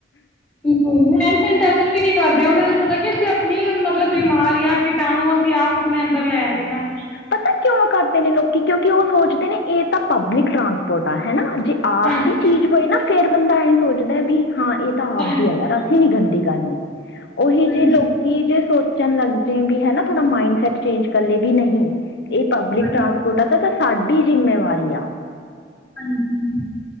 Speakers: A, on the left; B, on the left.
A: ਬਿਲਕੁਲ ਹੈਂਡ ਸੈਨਟਾਈਜ਼ਰ ਵੀ ਨਹੀਂ ਕਰਦੇ। ਇਹੂੰ ਪਤਾ ਕੀ ਅਸੀਂ ਆਪਣੀ ਮਤਲਬ ਬਿਮਾਰੀਆਂ ਕੀਟਾਣੂ ਅਸੀਂ ਆਪਣੇ ਅੰਦਰ ਲੈ ਰਹੇ ਹਾਂ।
B: ਪਤਾ ਕਿਉਂ ਕਰਦੇ ਨੇ ਲੋਕੀ ਕਿਉਂਕਿ ਉਹ ਸੋਚਦੇ ਨੇ ਇਹ ਤਾਂ ਪਬਲਿਕ ਟਰਾਂਸਪੋਰਟ ਆ ਹਨਾ। ਜੇ ਆਪ
A: ਹਾਂਜੀ
B: ਦੀ ਚੀਜ਼ ਹੋਏ ਨਾ, ਫੇਰ ਬੰਦਾ ਐਂ ਸੋਚਦਾ ਵੀ ਹਾਂ ਇਹ ਤਾਂ ਆਪਦੀ
A: ਹਾਂਜੀ
B: ਹੈ, ਅਸੀ ਨੀ ਗੰਦੀ ਕਰਨੀ। ਉਹੀ
A: ਹਾਂਜੀ
B: ਜੇ ਲੋਕੀ ਜੇ ਸੋਚਣ ਲੱਗ ਜੁ ਗੀ ਹਨਾ ਥੋੜਾ ਮਾਇੰਡ ਐਕਸਚੇਂਜ ਕਰ ਲੇਗੀ ਵੀ ਨਹੀਂ ਇਹ ਪਬਲਿਕ
A: ਹਾਂਜੀ
B: ਟਰਾਂਸਪੋਰਟ ਆ ਤਾਂ ਸਾਡੀ ਜਿੰਮੇਵਾਰੀ ਆ
A: ਹਾਂਜੀ